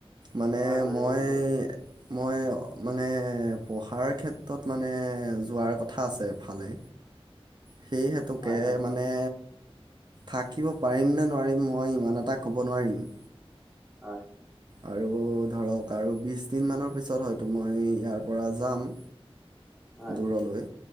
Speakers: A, on the right (about 45°); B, in the centre.
A: মানে
B: হয় হয়
A: মই
B: একো নাই
A: মই অ মানে পঢ়াৰ ক্ষেত্ৰত মানে যোৱাৰ কথা আছে এফালে। সেইহেতুকে
B: হয় হয়
A: মানে মানে থাকিব পাৰিম নে নোৱাৰিম, মই ইমান এটা ক'ব নোৱাৰিম।
B: আঁ,
A: আৰু ধৰক আৰু বিশদিন দিনমানৰ পিছত হয়তো মই ইয়াৰ পৰা যাম।
B: হয়
A: দূৰলৈ